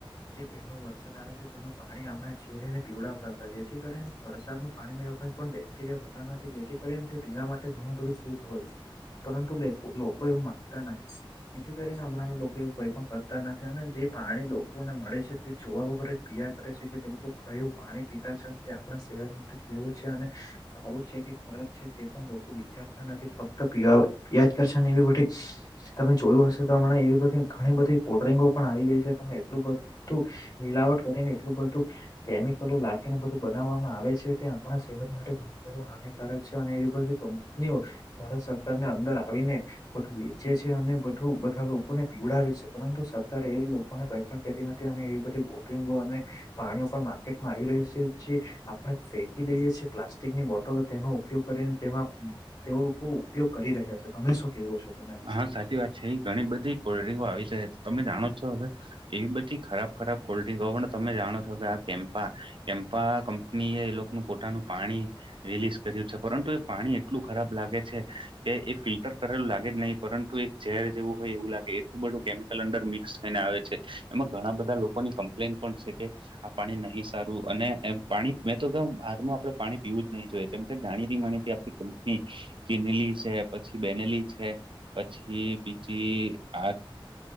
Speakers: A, on the left; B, on the right.
A: જે પહેલો વરસાદ આવે છે તેનું પાણી આમાં છેરીને પીવડાવતા હતા જેથી કરીને વરસાદનું પાણી મે એવ પણ બેક્ટેરિયા હોતા નથી જેથી કરીને તે પીવા માટે ઘણું બધું શુદ્ હોય છે. પરંતુ લોકો એવું માનતા નથી. જેથી કરીને હમણાં લોકો એવું કોઈ પણ કરતા નથી અને જે પાણી લોકોને મળે છે તે જોવા વગર પયા કરે છે કે તે લોકો કયું પાણી પીતા છે અને તે આપણા સેહદ માટે કેવું છે અને સારું છે કે ફરજ છે તે પણ લોકો વિચાર નથી ફક્ત પ્યાજ કરશેને એવી બધી તમે જોયું હશે તો હમણા એવી બધી ઘણી બધી કોલ્ડ્રિંગો પણ આવી ગઈ છે તમે એટલું બધું મિલાવટ કરીને એટલું બધું કેમિકલો લખીને બધું બનાવવામાં આવે છે. ત્યાં આપણા સેવન માટે. માટે ઘ બધું હાનિકારક છે અને એવી બધી કંપનીઓ ભારત સરકારને અંદર આવીને બધું વેચે છે અને બધું બધા લોકોને પીવડાવે છે પરંતુ ્યારે એ લોકોને ભઈ પણ કહેતી નથી અને એ બધી ગોત અને પાણીઓ પણ માર્કેટમાં આવી રહી છે જે આપણા ફે કી દઈએ છી પ્લાસ્ટિકની બોટલો તેનો ઉપયોગ કરીને તેમાં તે લોકો ઉપયોગ કરી રહ્યા છે તમે શું કેવો છો? તેના વિશે
B: હા સાચી વાત છે એ ઘણી બધી કોલ્ડ્ર્રીંકો આવી છે. તમે જાણો છો હવે એવી બધી ખરાબ ખરાબ કોલ્ડ્રિંક હો પણ તમે જાણો છો કે આ કેમ્પા કેમપા કંપની એ એ લોકોનું પોતાનું પાણી રિલીઝ કર્યું છે પરંતુ પાણી એટલું ખરાબ લાગે છે કે એ ફિલ્ટર કરેલું લાગે જ નહીિ પરંતુ એક ઝેર જેવું હોય એવું લાગે એટલું બધું કેમિકલ અંડર મિક્સ થઈને આવે છે એમાં ઘણા બધા લોકોની કમ્પ્લેન પણ છે કે આ પાણી નહી સારું અને એમ પાણી મેં તો કે બાર ન આપડે પાણી પીવું જ નહી જોઈએ કેમ કે જાણી ર માણી આપ કંપની ચિનેલી છે પછી બેનેલી છે પછી બીજી આ